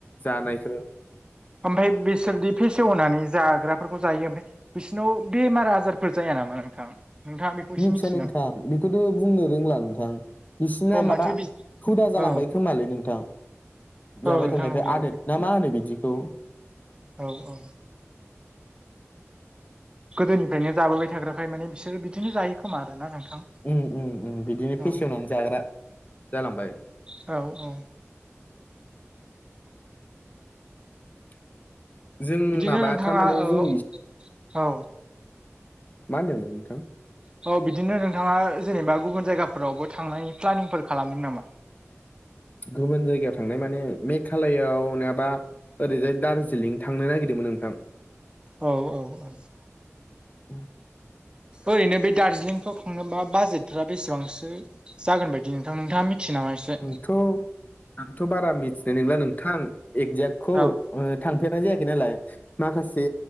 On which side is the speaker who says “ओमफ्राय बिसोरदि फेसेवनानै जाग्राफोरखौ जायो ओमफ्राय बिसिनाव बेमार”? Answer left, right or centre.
Right